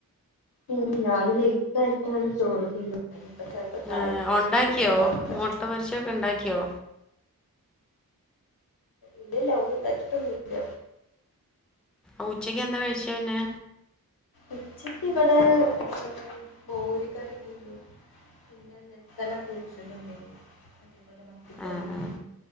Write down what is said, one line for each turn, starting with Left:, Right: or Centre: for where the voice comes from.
Left: ഉം ഞാന് ലേറ്റ് ആയിട്ടാണ് ചോറ് തിന്നത് അപ്പൊ ചലപ്പോ ചായ
Centre: ആ, ഉണ്ടാക്കിയോ
Left: കുടിക്കട്ടണ്ടാവൂല്ല.
Centre: മുട്ട പൊരിച്ചയൊക്ക ണ്ടാക്കിയോ
Left: ഇല്ലല്ല ഒന്നുംണ്ടാക്കിട്ടൊന്നുല്ല.
Centre: ഉച്ചക്ക് എന്താ കഴിച്ചേ പിന്നെ?
Left: ഉച്ചക്ക് ഇവിടെ ഉം മോര്കറിഉണ്ടായിരുന്നു പിന്നെ, ഇന്നലെ പൊരിച്ചത് ഉണ്ടെനി അതേപോലെ മത്തികറിയും.
Centre: ആ, ആ.